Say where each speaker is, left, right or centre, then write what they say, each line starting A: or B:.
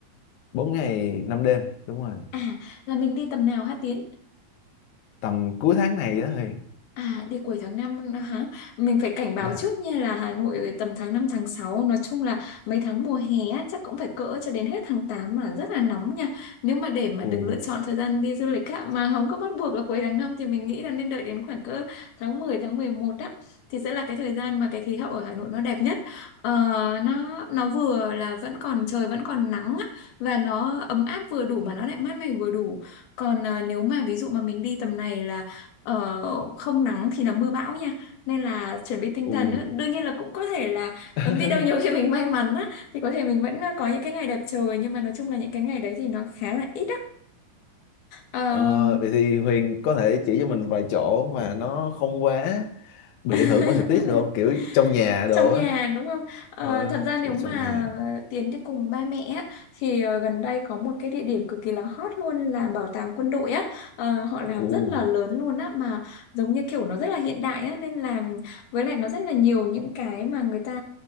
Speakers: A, on the left; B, on the left.
A: 4 ngày 5 đêm, đúng rồi.
B: À, là mình đi tầm nào hả Tiến?
A: Tầm cuối tháng này đó Huyền.
B: À, đi cuối tháng 5 nữa hả? Mình phải cảnh báo
A: Dạ.
B: trước nha là Hà Nội tầm tháng 5 tháng sáu Nói chung là mấy tháng mùa hè á, chắc cũng phải cỡ cho đến hết tháng 8 mà rất là nóng nha. Nếu mà để mà được
A: Ù,
B: lựa chọn thời gian đi du lịch á, mà không có bắt buộc là cuối tháng 5 thì mình nghĩ là nên đợi đến khoảng cỡ tháng mười tháng 11 á. Thì sẽ là cái thời gian mà cái khí hậu ở Hà Nội nó đẹp nhất. Ờ, nó nó vừa là vẫn còn trời vẫn còn nắng á, và nó ấm áp vừa đủ mà nó lại mát mẻ vừa đủ. Còn à, nếu mà ví dụ mà mình đi tầm này là Ờ, không nắng thì là mưa bão nha nên là chuẩn bị tinh thần
A: ù.
B: á. đương nhiên là cũng có thể là
A: <laughs>
B: ừ, biết đâu nhiều khi mình may mắn á thì có thể mình vẫn ờ, có những cái ngày đẹp trời nhưng mà nói chung là những cái ngày đấy thì nó khá là ít á
A: Ờ, vậy thì Huyền có thể chỉ cho mình vài chỗ mà nó không quá bị
B: <laughs>
A: ảnh hưởng bởi thời tiết được không? Kiểu trong nhà đồ
B: trong
A: á.
B: nhà đúng không? Ờ,
A: Ờ,
B: thật ra nếu
A: được
B: mà
A: trong nhà.
B: ờ, Tiến đi cùng ba mẹ á, thì ờ, gần đây có một cái địa điểm cực kỳ là hot luôn là bảo tàng quân đội á. Ờ, họ làm
A: Ừ,
B: rất là lớn luôn á mà giống như kiểu nó rất là hiện đại á nên là với lại nó rất là nhiều những cái mà người ta